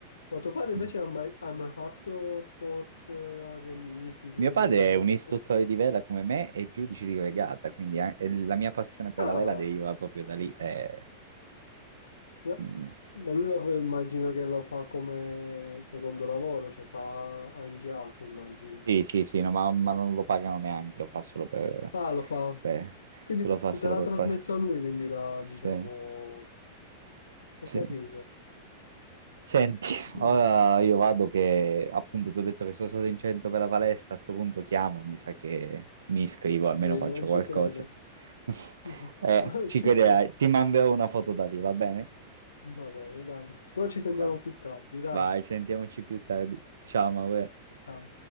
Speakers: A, on the left (about 80°); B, on the right (about 80°).
A: Ma tuo padre invece
B: mm.
A: ha mai, ha mai fatto sport eh, agonistici
B: Mio
A: o in
B: padre
A: generale?
B: è un istruttore di vela come me e giudice di regata, quindi an- eh, la mia passione per
A: Ah,
B: la vela deriva proprio da lì. eh.
A: ma,
B: Mm.
A: ma lui lo, fa- immagino che lo fa come secondo lavoro, cioè fa anche altro, immagino.
B: Sì, sì, sì, no, ma, ma non lo pagano neanche, lo fa solo per...
A: Ah, lo fa.
B: Beh,
A: Quindi
B: te lo fa solo
A: te l'ha
B: per...
A: trasmesso
B: pa-
A: a lui, quindi la,
B: Sì,
A: diciamo, ho
B: sì.
A: capito.
B: Senti,
A: Sì,
B: ora io vado che appunto ti ho detto che sono stato in centro per la palestra, a sto punto chiamo, mi sa che mi iscrivo, almeno
A: eh,
B: faccio
A: non ci
B: qualcosa.
A: credo.
B: <laughs>
A: <laughs>
B: Eh,
A: Non
B: ci
A: ci
B: crederai,
A: credo.
B: ti manderò una foto da lì, va bene?
A: Va bene, dai. Però ci sentiamo
B: Va.
A: più tardi, dai.
B: Vai, sentiamoci più tardi. Ciao, Maure.
A: Ciao.